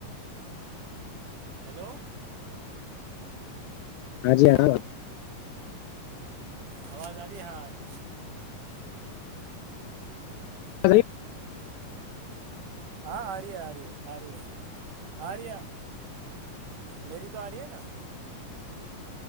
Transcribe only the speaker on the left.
ہاں
جی ہاں
اے